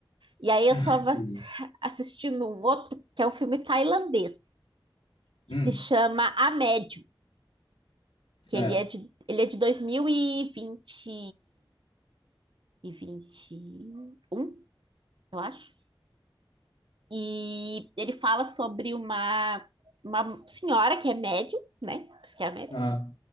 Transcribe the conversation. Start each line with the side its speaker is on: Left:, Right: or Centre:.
Right: E aí eu
Left: Entendi.
Right: tava ass- assistindo um outro, que é um filme tailandês, que
Left: Hum,
Right: se chama A Médium,
Left: certo.
Right: que ele é de, ele é de dois mil e vinte e vinte e um eu acho. E ele fala sobre uma, uma senhora que é médium, né? Que é médium.
Left: Ah,